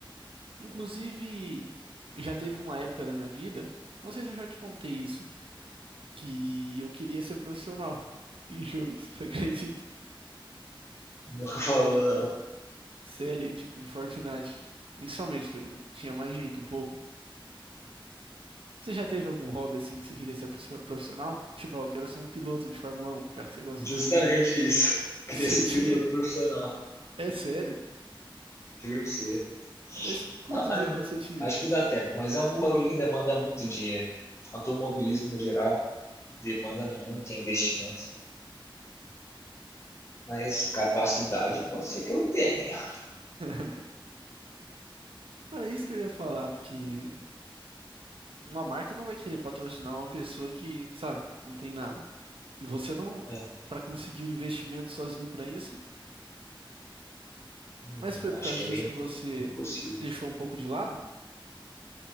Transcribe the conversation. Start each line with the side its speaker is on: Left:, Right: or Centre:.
Right: Inclusive, já teve uma época da minha vida, não sei se eu já te contei isso, que eu queria ser profissional em jogos, <laughs> você acredita?
Left: Nunca <laughs> falou, não.
Right: Sério, tipo, em Fortnite. Principalmente que eu tinha mais jeito um pouco. Você já teve algum hobby assim que você queria ser profe- profissional? Tipo, ah, eu quero ser um piloto de Fórmula um, já que você gosta
Left: Justamente
Right: de dirigir.
Left: isso.
Right: <laughs>
Left: Queria
Right: Você
Left: ser
Right: tinha?
Left: piloto profissional.
Right: É sério?
Left: Juro pra você.
Right: Mas quantos
Left: Não,
Right: anos você tinha?
Left: acho que dá tempo, mas é um bagulho que demanda muito dinheiro. Automobilismo no geral demanda muito investimento. Mas capacidade pode ser que eu tenha.
Right: <laughs> Cara, é isso que eu ia falar, porque uma marca não vai querer patrocinar uma pessoa que, sabe, não tem nada. E você não,
Left: É.
Right: pra conseguir um investimento sozinho pra isso,
Left: Hum,
Right: mas foi por
Left: acho
Right: causa
Left: que
Right: disso
Left: é meio
Right: que você
Left: impossível.
Right: deixou um pouco de lado?